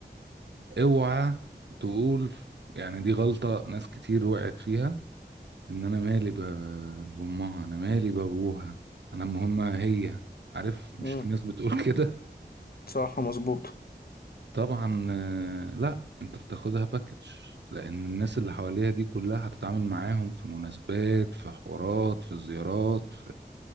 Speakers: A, on the right; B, on the left.
A: اوعى تقول يعني دي غلطة ناس كتير وقعت فيها ان انا مالي ب- بامها انا مالي بابوها انا مهمة هي عارف مش
B: امم
A: في ناس بتقول <laughs> كده
B: صح مظبوط
A: طبعا آه، لا انت بتاخدها باكج لان الناس اللي حواليها دي كلها هتتعامل معاهم في مناسبات في حوارات في زيارات